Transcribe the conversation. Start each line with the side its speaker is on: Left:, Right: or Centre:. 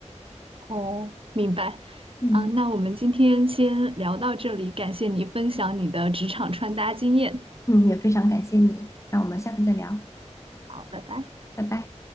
Right: 哦，明白。
Left: 嗯。
Right: 啊，那我们今天先聊到这里，感谢你分享你的职场穿搭经验。
Left: 嗯，也非常感谢你，那我们下次再聊，
Right: 好，拜拜。
Left: 拜拜。